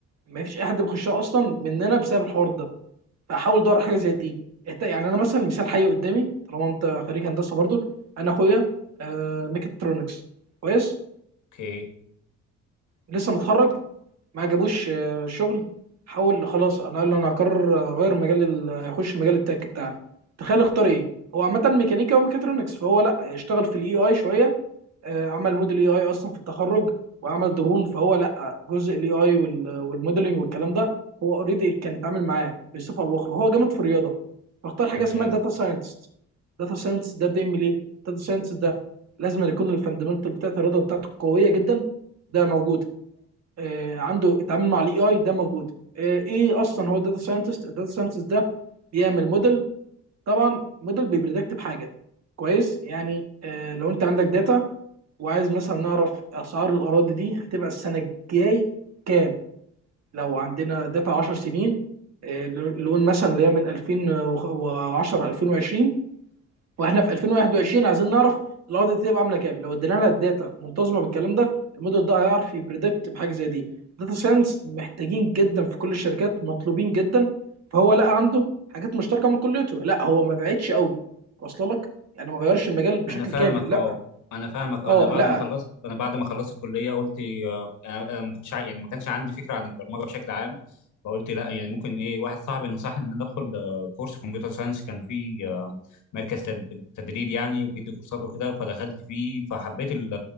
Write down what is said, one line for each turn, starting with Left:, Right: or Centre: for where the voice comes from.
Right: ما فيش اي حد بيخشها اصلا مننا بسبب الحوار ده فحاول دور على حاجه زي دي إنت- يعني انا مثلا مثال حي قدامي طالما انت خريج هندسه برضك انا اخويا آه، ميكاترونكس كويس
Left: اوكي
Right: لسه متخرج ما عجبوش آه، شغل حاول خلاص انا قال انا هقرر اغير مجال ال- اخش مجال التك بتاعنا تخيل اختار ايه هو عامه ميكانيكا وميكاترونكس فهو لا اشتغل في الاي اي شويه آه، عمل موديل اي اي اصلا في التخرج وعمل درون فهو لا جزء الاي اي والموديلنج والكلام ده هو اوريدي كان اتعامل معاه بصفه او باخرى هو جامد في الرياضه فاختار حاجه
Left: تمام
Right: اسمها داتا ساينتست داتا ساينتست ده بيعمل ايه؟ داتا ساينتست ده لازم يكون الفاندمنتال بتاعت الرياضه بتاعته قويه جدا ده موجود آه عنده التعامل مع الاي اي ده موجود آه ايه اصلا هو داتا ساينتست الداتا ساينتست ده بيعمل موديل طبعا موديل بيبريدكت بحاجه كويس يعني آه، لو انت عندك داتا وعايز مثلا نعرف اسعار الاراضي دي هتبقى السنه الجاي كام لو عندنا داتا 10 سنين آه، نقول مثلا اللي هي من 2010 2020 واحنا في 2021 عايزين نعرف الارض دي تبقى عامله كام لو ادينا لها الداتا منتظمه بالكلام ده الموديل ده هيعرف يبريدكت بحاجه زي دي داتا ساينس محتاجين جدا في كل الشركات مطلوبين جدا فهو لقى عنده حاجات مشتركه من كليته لا هو ما بعدش قوي واصله لك يعني ما غيرش المجال بشكل
Left: انا فاهمك
Right: كامل لا
Left: اه انا فاهمك آه.
Right: اه
Left: انا بعد
Right: لا
Left: ما خلصت انا بعد ما خلصت الكليه قلت آه، انا أنا ما كنتش عا- يعني ما كانش عندي فكره عن البرمجه بشكل عام فقلت لا يعني ممكن ايه واحد صاحبي نصحني ان انا ادخل آه، كورس كمبيوتر ساينس كان فيه آه، مركز تد- تدريب يعني وبيدي كورسات وكده فدخلت فيه فحبيت ال-